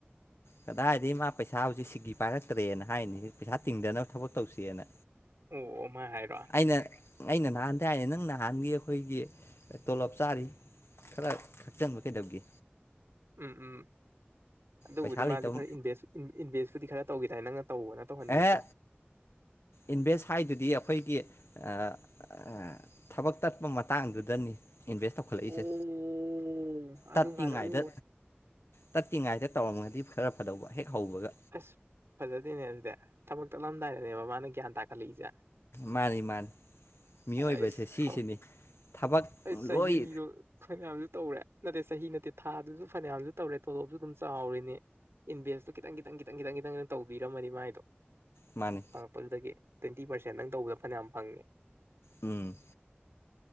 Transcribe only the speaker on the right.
ꯑꯣ ꯃꯥ ꯍꯥꯏꯔꯣ
ꯎꯝ ꯎꯝ ꯑꯗꯨꯕꯨꯗꯤ
ꯃꯥꯁꯨ ꯈꯔ ꯏꯟꯚꯦꯁ ꯏꯟꯚꯦꯁꯄꯨꯗꯤ ꯈꯔ ꯇꯧꯈꯤꯗꯥꯏꯅꯦ ꯅꯪꯅ ꯇꯧꯑꯣꯅ ꯇꯧꯍꯟꯈꯤꯕꯗꯣ
ꯑꯣ ꯑꯗꯨꯝ
ꯀꯥꯟꯗ ꯑꯣ
ꯑꯁ ꯐꯖꯗꯦꯅꯦ ꯑꯗꯨꯗꯤ ꯊꯕꯛ ꯇꯠꯂꯝꯗꯥꯏꯗꯅꯦꯕ ꯃꯥꯅ ꯒ꯭ꯌꯥꯟ ꯇꯥꯈꯠꯂꯛꯏꯁꯦ
ꯑꯩꯁ
ꯍꯧ
ꯑꯩ ꯆꯍꯤꯗꯣ
ꯐꯅꯌꯥꯝꯁꯨ ꯇꯧꯔꯦ ꯅꯠꯇꯦ ꯆꯍꯤ ꯅꯠꯇꯦ ꯊꯥꯗꯨꯁꯨ ꯐꯅꯌꯥꯝꯁꯨ ꯇꯧꯔꯦ ꯇꯣꯂꯣꯞꯁꯨ ꯑꯗꯨꯝ ꯆꯥꯎꯔꯤꯅꯤ ꯏꯟꯚ ꯈꯤꯇ ꯈꯤꯇꯪ ꯈꯤꯇꯪ ꯇꯪ ꯈꯤꯇꯪ ꯇꯧꯕꯤꯔꯝꯃꯗꯤ ꯃꯥꯏꯗꯣ
ꯄ ꯑꯗꯨꯗꯒꯤ ꯇ꯭ꯋꯦꯟꯇꯤ ꯄꯥꯔꯁꯦꯟ ꯅꯪ ꯇꯧꯕꯗ ꯐꯅꯌꯥꯝ ꯐꯪꯉꯦ